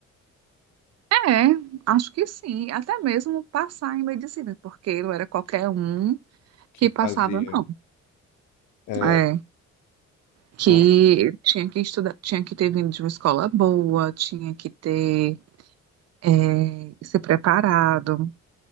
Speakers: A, on the right (about 55°); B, on the left (about 85°).
A: É, acho que sim, até mesmo passar em medicina, porque não era qualquer um
B: Que
A: que
B: fazia.
A: passava, não.
B: É,
A: É, que
B: Oi?
A: tinha que estudar, tinha que ter vindo de uma escola boa, tinha que ter, é, se preparado.